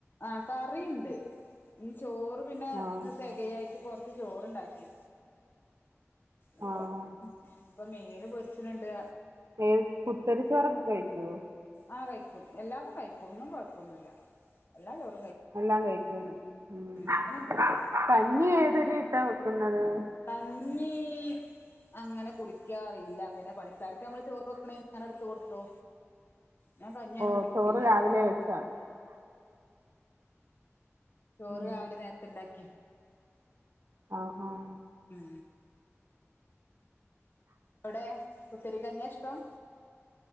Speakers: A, on the left; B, on the right.
A: അകറിണ്ട് ചോർ പിന്നെ
B: ആഹ്
A: ഇന്ന് തെകയായിട്ട് കൊറച്ച ച്ച് ചോർ ഉണ്ടാക്കി അപ്പൊ
B: ആഹ്
A: ഇപ്പ മീൻ പൊരിച്ച്ന്ന്ണ്ട്
B: ഹെ കുത്തരി ചോറൊക്കെ കഴിക്കോ
A: അ കഴിക്കും എല്ലാതും കഴിക്കും ഒന്നും കൊയപ്പൊന്നുല്ല എല്ലാച്ചോറും അ
B: എല്ലാം കഴിക്കുംന് ഉം
A: അങ്ങനെയൊന്നുല്ല
B: കന്നി എധൊരു ഇട്ടാൽ വെക്കുന്നത്
A: കന്നി അങ്ങനെ കുടിക്കാറില്ല പിന്നെ പണിക്ക ക്കാർക്ക് നമ്മൾ ചോർ വെക്ക്‌നീൻ നാനാ എടുത്ത് കൊടുക്കും ട്ടൊ ഞാൻ കഞ്ഞിങ്ങനെ
B: ഓ
A: കുടിക്കില്ല
B: ചോറ് രാവിലെ വെച്ചാ
A: ചോറ്
B: ഉം
A: രാവിലെ നേര്ത്തെണ്ടാക്കി
B: ആഹ് ആഹ്
A: ഉം അവ്ടെ പുത്തരികഞ്യാ ഇഷ്ട്ടം